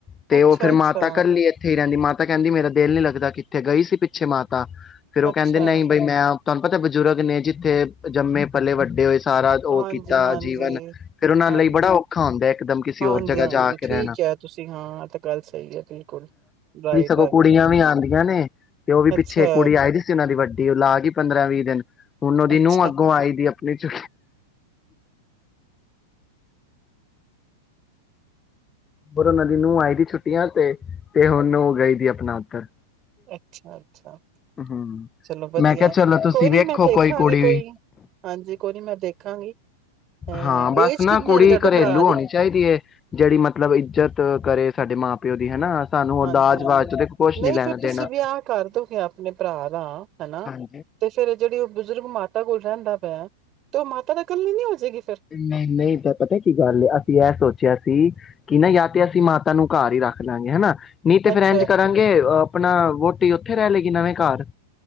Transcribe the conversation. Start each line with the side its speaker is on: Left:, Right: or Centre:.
Left: ਤੇ
Right: ਅੱਛਾ
Left: ਉਹ ਫੇਰ
Right: ਅੱਛਾ
Left: ਮਾਤਾ ਕਲੀ ਈ ਇੱਥੇ ਹੀਰਾਂ ਦੀ ਮਾਤਾ ਤਾਂ ਕਹਿੰਦੀ ਮੇਰਾ ਦਿਲ ਨੀ ਲੱਗਦਾ ਕਿੱਥੇ ਗਈ ਸੀ ਪਿੱਛੇ ਮਾ ਤਾਂ ਫੇਿਰ ਉਹ
Right: ਅੱਛਾ
Left: ਕਹਿੰਦੇ ਨਹੀਂ ਬਈ ਮੈਂ ਤੁਹਾਨੂੰ ਪਤਾ ਬਜ਼ੁਰਗ ਨੇ ਜਿੱਥੇ ਜੰਮੇ ਪਲੇ ਵੱਡੇ ਹੋਏ ਸਾਰਾ ਉਹ
Right: ਹਾਂਜੀ
Left: ਕੀਤਾ
Right: ਹਾਂਜੀ
Left: ਜੀਵਨ ਫਿਰ ਉਹਨਾਂ
Right: ਹਾਂਜੀ
Left: ਲਈ ਬੜਾ ਔਖਾ ਹੁੰਦਾ ਇਕਦਮ ਕਿਸੇ
Right: ਹਾਂਜੀ
Left: ਹੋਰ ਜਗ੍ਹਾ
Right: ਹਾਂਜੀ
Left: ਜਾ ਕੇ
Right: ਠੀਕ
Left: ਰਹਿਣਾ
Right: ਹੈ ਤੁਸੀਂ ਇਹ ਤਾਂ ਗੱਲ ਸਹੀ ਹੈ ਬਿਲਕੁਲ ਰਾਈਟ
Left: ੳਹ
Right: ਹਾਂਜੀ
Left: ਕੁੜੀਆਂ ਵੀ ਆਦੀਆਂ ਨੇ ਤੇ ਉਹ ਵੀ ਪਿੱਛੇ
Right: ਅੱਛਾ
Left: ਕੁੜੀ ਆਈ ਸੀ ਦੀ ਵੱਡੀ ਉਹ ਲਾ ਗਈ ਪੰਦਰਾਂ-ਵੀਹ ਦਿਨ ਹੁਣ ਉਹਦੀ
Right: ਅੱਛਾ
Left: ਨੂੰਹ ਅੱਗੋਂ ਆਈ ਦੀ ਆਪਣੀ ਚ ਹੁਣ ਉਹਨਾਂ ਦੀ ਨੂੰਹ ਆਈ ਹੋਈ ਛੁੱਟੀਆਂ ਤੇ ਤੇ ਹੁਣ ਉਹ ਗਈ ਸੀ ਆਪਣਾ ਉੱਧਰ
Right: ਅੱਛਾ ਅੱਛਾ
Left: ਹੂੰ
Right: ਚਲੋ ਵਧੀਆ
Left: ਮੈਂ ਕਿਹਾ ਚਲੋ ਤੁਸੀਂ
Right: ਕੋਈ ਨੀ
Left: ਵੇਖੋ
Right: ਮੈਂ ਦੇਖਾਂਗੀ
Left: ਕੁੜੀ
Right: ਕੋਈ
Left: ਵੀ
Right: ਹਾਂਜੀ ਕੋਈ ਨੀ ਮੈਂ ਦੇਖਾਂਗੀ। ਅ
Left: ਹਾਂ ਬਸ
Right: ਏਜ
Left: ਨਾ
Right: ਕਿੰਨੀ
Left: ਕੁੜੀ
Right: ਹੋਣੀ ਤੁਹਾਡੇ
Left: ਘਰੇਲੂ
Right: ਭਰਾ ਦੀ
Left: ਹੋਣੀ ਚਾਹੀਦੀ ਹੈ ਜਿਹੜੀ ਮਤਲਬ ਇੱਜਤ ਕਰੇ ਸਾਡੇ ਮਾਂ ਪਿਓ ਦੀ ਹਨਾ ਸਾਨੂੰ ਉਹ
Right: ਹਾਂਜੀ
Left: ਦਾਜ
Right: ਹਾਂਜੀ
Left: ਵਾਜ ਤੇ ਕੁਛ
Right: ਨਹੀਂ
Left: ਨੀ ਲੈਣਾ
Right: ਫੇਰ ਤੁਸੀਂ
Left: ਦੇਣਾ
Right: ਵਿਆਹ ਕਰ ਦੋ ਗਏ ਆਪਣੇ ਭਰਾ ਦਾ ਹਨਾ
Left: ਹਾਂਜੀ
Right: ਤੇ ਫੇਰ ਜਿਹੜੀ ਉਹ ਬਜ਼ੁਰਗ ਮਾਤਾ ਕੋਲ ਰਹਿੰਦਾ ਪਿਆ ਤੇ ਉਹ ਮਾਤਾ ਤਾਂ ਕੱਲੀ ਨੀ ਹੋ ਜੇਗੀ।
Left: ਨਹੀਂ ਨਹੀਂ ਤਾਂ ਪਤਾ ਕੀ ਗੱਲ ਹੈ ਅਸੀਂ ਇਹ ਸੋਚਿਆ ਸੀ ਕਿ ਨਾ ਯਾ ਤਾਂ ਅਸੀਂ ਮਾਤਾ ਨੂੰ ਘਰ ਹੀ ਰੱਖ ਲਾਗੇ ਹਨਾ ਨੀ ਤੇ
Right: ਅੱਛਾ
Left: ਫਿਰ ਇੰਜ ਕਰਾਂਗੇ ਆਪਣਾ ਵੋਟੀ ਉੱਥੇ ਰਹਿ ਲਏਗੀ ਨਵੇਂ ਘਰ